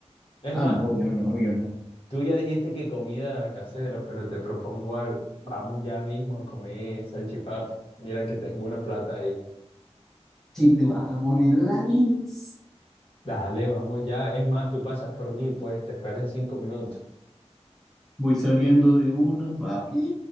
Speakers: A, on the left (about 50°); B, in the centre.
A: Es
B: Ah,
A: más,
B: no, yo no, yo no.
A: tú ya dijiste que comida casera, pero te propongo algo. Vamos ya mismo a comer salchipapa. Mira que tengo una plata ahí.
B: Si te vas a poner la nits,
A: Dale, vamos ya. Es más, tú pasas por mí, pues te espero en cinco minutos.
B: voy saliendo de una, papi.